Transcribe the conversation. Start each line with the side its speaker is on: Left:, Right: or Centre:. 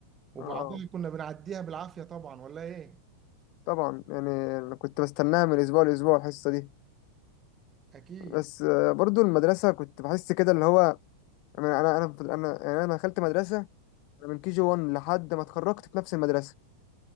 Right: وبعضها
Left: اه
Right: كنا بنعديها بالعافيه طبعا ولا ايه
Left: طبعا يعني انا كنت بستناها من اسبوع لاسبوع الحصة دي
Right: اكيد
Left: بس آه، برضو المدرسة كنت بحس كده اللي هو انا انا انا انا يعني انا دخلت مدرسة أنا من كي جي 1 لحد ما اتخرجت في نفس المدرسة